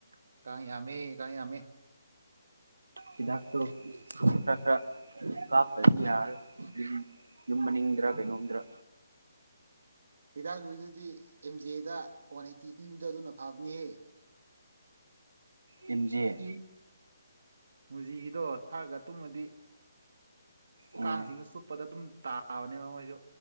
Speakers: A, on the right; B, on the right.
A: ꯀꯥꯡ ꯌꯥꯝꯃꯦ ꯀꯥꯡ ꯌꯥꯝꯃꯦ
B: ꯍꯤꯗꯥꯛꯇꯣ ꯈ꯭ꯔ ꯈ꯭ꯔ ꯀꯞꯇ꯭ꯔꯗꯤ ꯌꯥꯔꯔꯣꯏ ꯌꯨꯝ
A: ꯎꯝ
B: ꯃꯅꯤꯡꯗ꯭ꯔꯥ ꯀꯩꯅꯣꯝꯗ꯭ꯔꯥ
A: ꯍꯤꯗꯥꯛ <unintelligible> ꯗꯨꯗꯤ ꯑꯦꯝ ꯖꯦꯗ ꯋꯥꯟ ꯑꯩꯠꯇꯤ ꯄꯤꯕꯗꯣ ꯑꯗꯨꯅ ꯐꯕꯅꯦꯍꯦ
B: ꯑꯦꯝ ꯖꯦ
A: ꯏ ꯃꯨꯖꯤꯒꯤꯗꯣ ꯊꯛꯑꯒ ꯇꯨꯝꯃꯗꯤ
B: ꯎꯝ
A: ꯀꯥꯡꯁꯤꯡꯅ ꯁꯨꯞꯄꯗ ꯑꯗꯨꯝ ꯇꯥꯕꯅꯦꯕ ꯃꯣꯏꯖꯨ